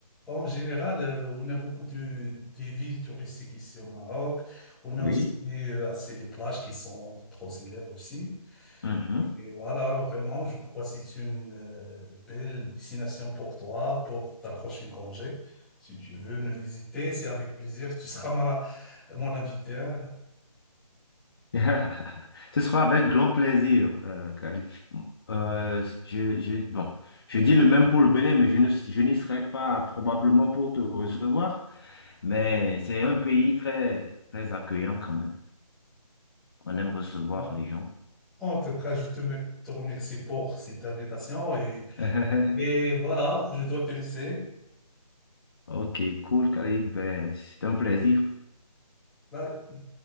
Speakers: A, in the centre; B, on the left.
A: En général, euh, on a beaucoup de, des villes touristiques ici au Maroc. On a
B: Oui.
A: aussi euh, assez des plages qui sont trop célèbres aussi.
B: Mhm.
A: Et voilà, vraiment, je crois que c'est une euh, belle destination pour toi, pour ta prochaine congé. Si tu veux nous visiter, c'est avec plaisir. Tu seras ma, mon invité. hein.
B: <laughs> Ce sera avec grand plaisir, euh, Khalid. Euh, je, je, bon, je dis le même pour le Bénin, mais je ne, je n'y serai pas probablement pour te recevoir. Mais c'est un pays très, très accueillant quand même. On aime recevoir
A: Ah,
B: les gens.
A: En tout cas, je te, me- te remercie pour cette invitation et,
B: <laughs>
A: et voilà, je dois te laisser.
B: Ok, cool, Khalid. Ben, c'était un plaisir.
A: Bye.